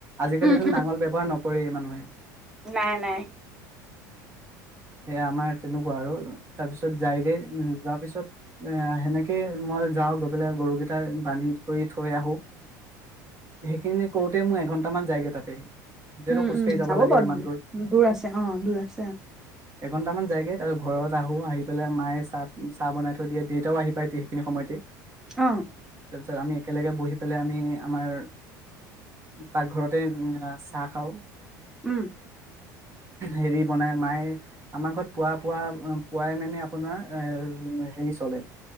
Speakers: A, on the right; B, in the centre.
A: আজিকালিটো
B: উম উম
A: নাঙল ব্যৱহাৰ নক কৰেই মানুহে।
B: নাই, নাই।
A: হেয়া আমাৰ তেনেকুৱা আৰু, তাৰ পিছত যায়গে, যোৱাৰ পিছত এ হেনেকে মই যাওঁ গৈ পেলাই গৰুকেইটা বান্ধি কৰি থৈ আহো, হেইখিনি কৰোতে মোৰ এঘন্টামান যায়গে তাতে। যিহেতু
B: উম,
A: খোজ
B: উম,
A: কাঢ়ি যাব লাগে
B: বাৰু
A: ইমান দূৰ।
B: দূৰ আছে, অ দূৰ আছে।
A: এঘণ্টামান যায়গে তাৰপিছ ঘৰত আহো আহি পেলাই মায়ে চাহ চাহ বনাই থৈ দিয়ে দেতাও আহি পায় এতিয়া সেইখিনি সময়তে
B: অ
A: তাৰ পিছত আমি একেলগে বহি পেলাই আমি আমাৰ পাকঘৰতে চাহ খাওঁ
B: উম
A: হেৰি বনাই মায়ে আমাৰ ঘৰত পুৱা পোৱা পুৱাই মানে আপোনাৰ এ হেৰি চলে